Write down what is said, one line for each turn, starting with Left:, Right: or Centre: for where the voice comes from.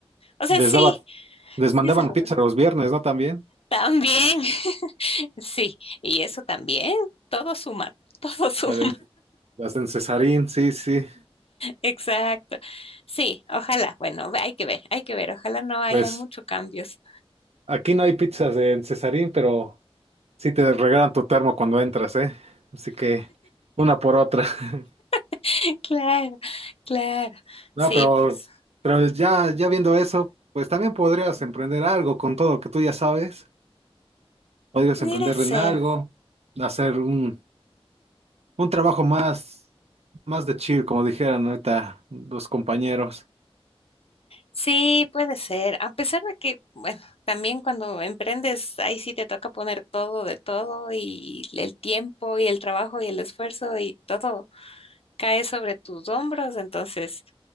Left: o sea, sí,
Right: Les daba, les mandaban
Left: sí es algo
Right: pizza
Left: bueno.
Right: los viernes, ¿no? También,
Left: También, <laughs> sí, y eso también, todo suma, <laughs> todo suma.
Right: la de- las de Cesarín, sí, sí.
Left: Exacto. Sí, ojalá. Bueno, hay que ver, hay que ver. Ojalá no haya
Right: Pues
Left: muchos cambios.
Right: Aquí no hay pizzas en Cesarín, pero sí te regalan tu termo cuando entras, ¿eh? Así que una por otra. <laughs>
Left: <laughs> Claro, claro.
Right: No,
Left: Sí,
Right: pero,
Left: pues
Right: pero ya, ya viendo eso, pues también podrías emprender algo con todo lo que tú ya sabes. Podrías
Left: pudiera
Right: emprender
Left: ser.
Right: en algo, hacer un, un trabajo más, más de chill, como dijeran ahorita los compañeros.
Left: Sí, puede ser. A pesar de que, bueno, también cuando emprendes, ahí sí te toca poner todo de todo y el tiempo y el trabajo y el esfuerzo y todo cae sobre tus hombros. Entonces,